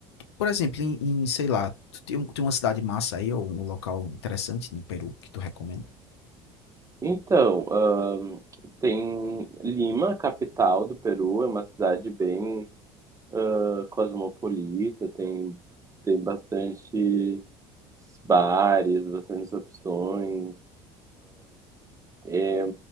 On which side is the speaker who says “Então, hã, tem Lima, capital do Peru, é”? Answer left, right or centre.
Right